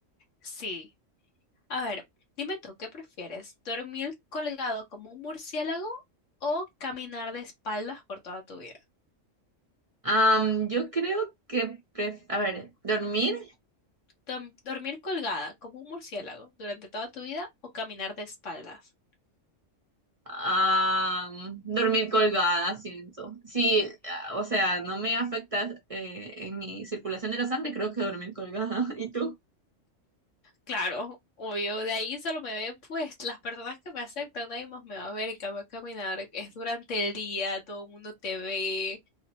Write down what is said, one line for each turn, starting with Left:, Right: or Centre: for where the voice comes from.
Left: sí. A ver, dime tú, ¿qué prefieres? ¿Dormir colgado como un murciélago o caminar de espaldas por toda tu vida?
Right: Am, yo creo que, pref- a ver, dormir,
Left: Dom- ¿Dormir colgada como un murciélago durante toda tu vida o caminar de espaldas?
Right: am, dormir colgada, siento. Sí, ah, o sea, no me afecta eh, en mi circulación de la sangre, creo que dormir colgada. <laughs> ¿Y tú?
Left: Claro, obvio, de ahí solo me ven pues las personas que me aceptan, nadie más me va a ver, en cambio caminar es durante el día, todo el mundo te ve,